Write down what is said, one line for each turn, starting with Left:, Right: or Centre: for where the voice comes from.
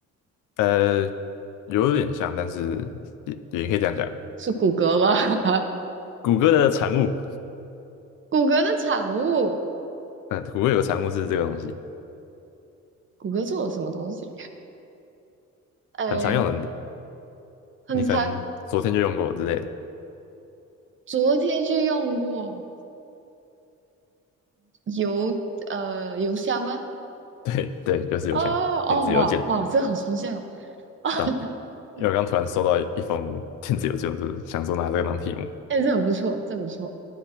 Left: 呃，有点像，但是也也可以这样讲，
Right: 是谷歌吗？<laughs>
Left: 谷歌的产物，
Right: 谷歌的产物，
Left: 嗯、谷歌有个产物是这个东西，
Right: 谷歌做了什么东西？诶，
Left: 很常用的，你
Right: 很长，
Left: 你可能昨天就用过之类的，
Right: 昨天就用过邮呃邮箱吗？
Left: <laughs> 对对，就是邮箱，
Right: 哦哦哇哇，
Left: 电子邮件，
Right: 这好抽象啊！<laughs>
Left: 到，因为我刚突然收到一封电子邮件，我就是想说拿这个当题目，
Right: 哎，这很不错，这很不错，